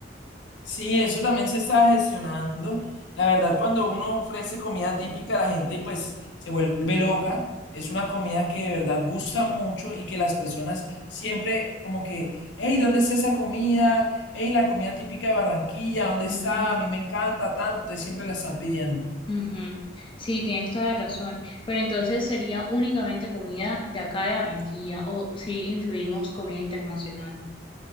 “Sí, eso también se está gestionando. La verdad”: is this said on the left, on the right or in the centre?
Left